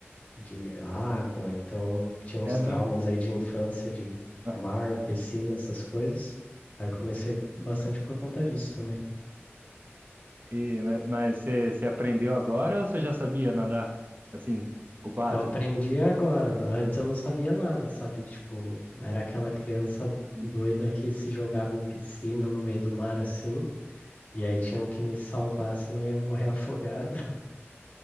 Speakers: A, on the left; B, on the right.
A: de água. Então, tinha uns
B: É mesmo?
A: traumas aí de infância, de
B: Ah,
A: mar, piscina, essas coisas. Aí, comecei bastante por conta disso também.
B: E, ma- mas você, você aprendeu agora ou você já sabia nadar? Assim, o básico?
A: Eu aprendi agora, né? antes eu não sabia nada, sabe? Tipo, era aquela criança
B: Sim.
A: doida que se jogava em piscina no meio do mar assim, e aí tinham que me salvar, senão eu ia morrer afogado. <laughs>